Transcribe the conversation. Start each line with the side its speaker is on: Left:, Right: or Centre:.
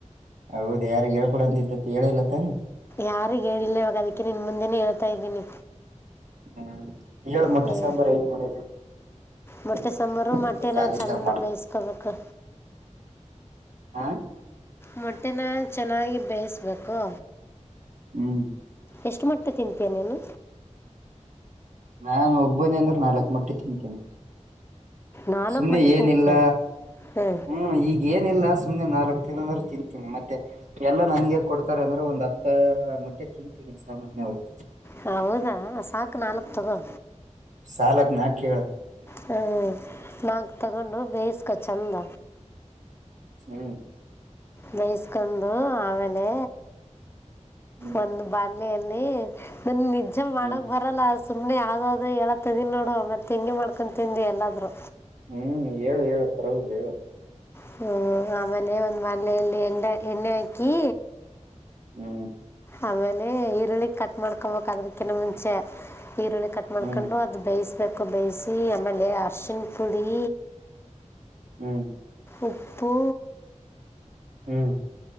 Right: ಹೌದ ಯಾರಗ್ ಹೇಳ್ಕೊಡಂತ ಇದ್ದತಿ ಹೇಳಿಲ್ಲತ್ತಾನ
Left: ಯಾರು ಹೇಳಿಲ್ಲ ಇಾಗದಕ್ಕೆ ನಿನ್ ಮುಂದೆ ಮಾಡತಾ ಇದ್ದೀನಿ
Right: ಹ್ಮ್ ಹೇಳ ಮೊಟ್ಟೆ
Left: ಹ್ಮ್
Right: ಸಾಂಬಾರ್ ಹೇಗ್ ಮಾಡೋದು
Left: ಮೊಟ್ಟೆ
Right: ನಾನ್
Left: ಸಾಂಬಾರು ಮೊಟ್ಟೆನ
Right: ಇವಾಗ ಕಾಲಿದ್ದಾಗ
Left: ಚಂದ ಬೇಯಸ್ಕೋಬೇಕು
Right: ಹ
Left: ಮೊಟ್ಟೆನ ಚೆನ್ನಾಗಿ ಬೇಯಿಸ್ಬೇಕು
Right: ಹ್ಮ್
Left: ಎಷ್ಟು ಮೊಟ್ಟೆ ತಿಂತೀಯ ನೀನು
Right: ನಾನು ಒಬ್ಬನೇ ಅಂದ್ರೆ ನಾಲ್ಕ್ ಮಟ್ಟಿ ತಿಂತೇನೆ
Left: ನಾಲ್ಕು
Right: ಸುಮ್ನೆ
Left: ಮೊಟ್ಟೆ
Right: ಏನಿಲ್ಲ
Left: ತಿಂತೀಯ ಹ್ಞೂ
Right: ಹ್ಮ್ ಈಗ ಏನಿಲ್ಲ ಸುಮ್ನೆ ನಾಲ್ಕು ತಿನ್ ಅಂದ್ರೆ ತಿಂತೀನಿ ಮತ್ತೆ ಎಲ್ಲ ನನಗೆ ಕೊಡ್ತಾರೆ ಅಂದ್ರೆ ಒಂದು ಹತ್ತ ಮೊಟ್ಟೆ ತಿಂತೀನಿ ಸಾಮಾನ್ಯವಾಗಿ
Left: ಹೌದಾ ಸಾಕ ನಾಲ್ಕು ತಗೋ
Right: ಸಾಲಕ್ ನಾ ಕೇಳ
Left: ಹ್ಮ್ ನಾಕ ತಗೊಂಡು ಬೇಯಸ್ಕ ಚಂದ
Right: ಹ್ಮ್
Left: ಬೇಯಿಸಕೊಂಡು ಆಮೇಲೆ
Right: ಹ್ಮ್
Left: ಒಂದು ಬಾಣಲೆಯಲ್ಲಿ ನನಗ ನಿಜ ಮಾಡಕ್
Right: ಹ್ಮ್
Left: ಬರಲ್ಲ ಆ ಸುಮ್ನೆ ಯಾವ್ದಾವ್ದ ಹೇಳ್ತದನಿ ನೋಡು ಮತ್ತೆ ಹಿಂಗೆ ಮಾಡ್ಕೊಂಡು ತಿಂದಿ ಎಲ್ಲಾದ್ರು
Right: ಹ್ಮ್ ಹೇಳು ಹೇಳ ಪರವಾಗಿಲ್ಲ ಹೇಳ
Left: ಹ್ಮ್ ಆಮೇಲೆ ಒಂದ್ ಬಾಣಲೆಯಲ್ಲಿ ಎಂಡ ಎಣ್ಣೆ ಹಾಕಿ
Right: ಹ್ಮ್
Left: ಆಮೇಲೆ ಈರುಳ್ಳಿ ಕಟ್ ಮಾಡ್ಕೊಬೇಕ ಅದಕ್ಕಿಂತ ಮುಂಚೆ ಈರುಳ್ಳಿ ಕಟ್ ಮಾಡ್ಕೊಂಡು
Right: ಹ್ಮ್
Left: ಅದು ಬೇಯಿಸಿ ಬೇಕು ಬೇಯಿಸಿ ಆಮೇಲೆ ಅರಶಿನ ಪುಡಿ
Right: ಹ್ಮ್
Left: ಉಪ್ಪು
Right: ಹ್ಮ್